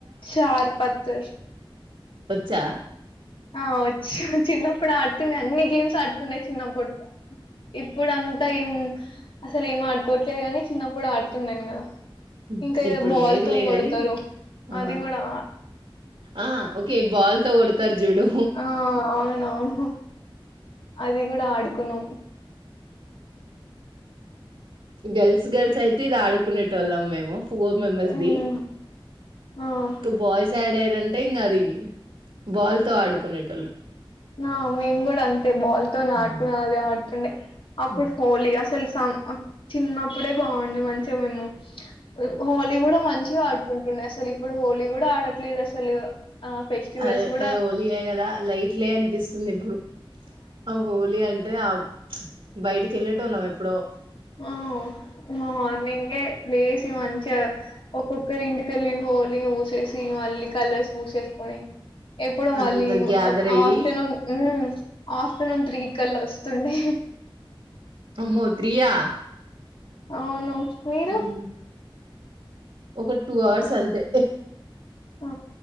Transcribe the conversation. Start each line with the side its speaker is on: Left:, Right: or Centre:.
Left: చర్పట్టర్
Right: వచ్చా
Left: ఆ వచ్చ చిన్నప్పుడు ఆడుతుంది అన్ని గేమ్స్ ఆడుతండా చిన్నప్పడు ఇప్పుడు అంతా ఏం అసలు ఏం ఆడుకోట్లేదు కాని చిన్నప్పుడు ఆడుతున్నానుగా
Right: హ్మ్.
Left: ఇంకా ఏదో
Right: ఇప్పుడు
Left: బాల్తోన్
Right: లేదులే గాని
Left: కొడతారు
Right: ఆ
Left: అది కూడా
Right: ఆ ఓకే బాల్ తో కొడతారు చూడు
Left: ఆ! అవునవును. అది కూడా ఆడుకునాం
Right: గర్ల్స్ గర్ల్స్ అయితే ఇది ఆడుకునే తొలం మేము ఫోర్ మెంబర్స్
Left: హ్మ్.
Right: ది
Left: ఆ!
Right: ఒక బాయ్స్ యాడ్ అయింటే అంటే ఇంకా అది బాల్ తో ఆడుకునేటోలాం
Left: ఆ మేము కూడా అంతే బాల్ తో
Right: హ్మ్.
Left: ఆడుకున్నా అదే ఆడుతుండే అప్పుడు
Right: హ్మ్.
Left: హోలీ అసలుస చిన్నప్పుడే బాగుంది మంచిగా మేము హోలీ కూడా మంచిగా ఆడుకుంటున్నా అసలు ఇప్పుడు హోలీ కూడా ఆడట్లేదు అసలు ఆ ఫెస్టివల్స్
Right: అది
Left: గూడా
Right: ఏ హోలియే కదా లైట్లే అనిపిస్తు వస్తుంది ఇప్పుడు ఆ హోలీ అంటే ఆ బయటికి వెళ్ళేటోళ్ళం ఎప్పుడో
Left: ఆ మార్నింగే లేసి మంచి ఒక్కొక్కరి ఇంటికెళ్లి హోలి పూసి సి మళ్ళీ కలర్స్ పూసేసుకొని ఎప్పుడో
Right: అందరు
Left: మళ్ళీ
Right: గ్యాదర్ అయ్యి
Left: ఆఫ్టర్నూన్ హ్మ్ ఆఫ్టర్నూన్ త్రీ కల వస్తుండే
Right: అమ్మో త్రీయా
Left: అవును మీరు?
Right: హ్మ్ ఒక టూ అవర్స్ అంతే
Left: ఆ